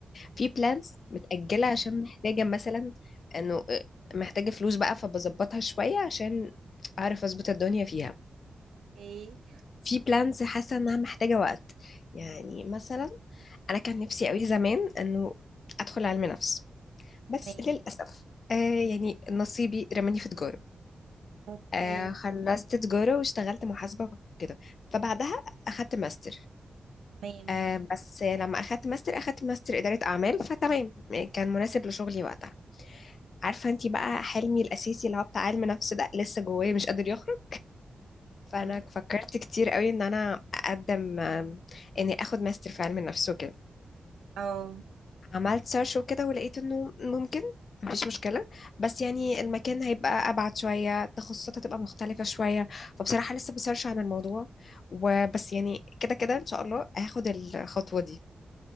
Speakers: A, on the left; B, on the right.
A: في بلانز متاجله عشان محتاجه مثلا انه آه، محتاجه فلوس بقى فبظبطها شويه عشان اعرف اظبط الدنيا فيها
B: اوكي
A: في بلانز حاسه انها محتاجه وقت يعني مثلا انا كان نفسي قوي زمان انه ادخل علم نفس بس
B: تمام
A: للاسف آه يعني نصيبي رماني في تجاره
B: اوكي
A: آه خلصت تجارة واشتغلت محاسبة وكده فبعدها أخدت ماستر
B: تمام
A: آه بس لما أخدت ماستر أخدت ماستر إدارة أعمال فتمام كان مناسب لشغلي وقتها عارفة انتي بقى حلمي الأساسي اللي هو بتاع علم نفس ده لسه جوايا مش قادر يخرج فأنا
B: تمام.
A: فكرت كتير قوي إن أنا أقدم آه، إني أخد ماستر في علم النفس وكده
B: اه
A: عملت سيرش وكده ولقيت انه ممكن مفيش مشكلة بس يعني المكان هيبقى أبعد شوية التخصصات هتبقى مختلفة شوية فبصراحة لسه بسيرش عن الموضوع وبس يعني كده كده إن شاء الله هاخد الخطوة دي